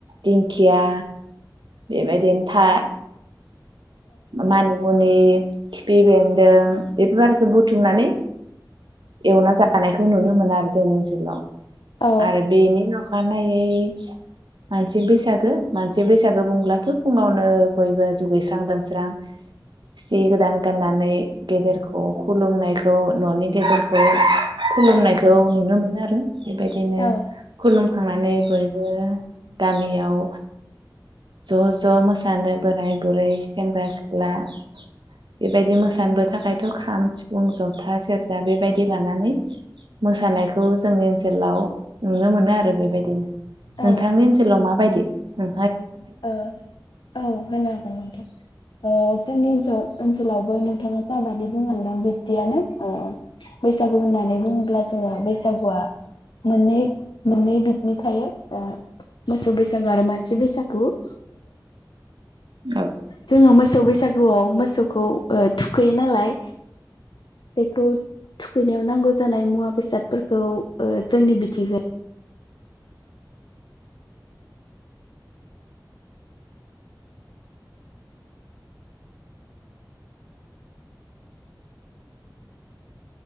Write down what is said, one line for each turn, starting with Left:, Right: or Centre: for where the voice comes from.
Right: दिंखिया बेबायदिनो था। मानि मुनि खिफि बेन्दों बेफोर आरोखि बुथुमनानै एवना जानायखौ नुनो मोनो आरो जोंनि ओनसोलाव
Left: औ
Right: आरो बेनि नख खानायै मानसि बैसागो मानसि बैसागो बुंब्लाथ' फुङावनो बयबो दुगैस्रां लोम स्रां सि गोदान गाननानै गेदेरखौ खुलुमनायखौ न'नि गेदेरखौ खुलुमनायखौ
Left: औ
Right: नुनो मोनो आर बेबायदिनो
Left: औ
Right: खुलुम थांनानै बयबो गामियाव ज' ज' मोसानो बोराय बुरै सेंग्रा सिख्ला बेबायदि मोसानोबो थाखायथ' खाम सिफुं जथा सेरजा बेबायदि लानानै मोसानायखौ जोंनि ओनसोलाव नुनो मोनो आरो बेबायदिनो।
Left: औ
Right: नोंथांनि ओनसोलाव माबायदि? उम
Left: ओ औ होनो हागोन नोंथां ओ जोंनि ओनसोल ओनसोलावबो नोंथाङा जाबादि बुंलांदों बिबदियानो ओ बैसागु होननानै बुङोब्ला जोङो बैसागुआ मोननै मोननै बिबनि थायो ओ मोसौ बैसागु आरो मानसि बैसागु ओ
Right: औ
Left: जोङो मोसौ बैसागुआव मोसौखौ ओ थुखैयो नालाय बेखौ थुखैनायाव नांगौ जानाय मुवा बेसादफोरखौ ओ जोंनि बिथिं जाय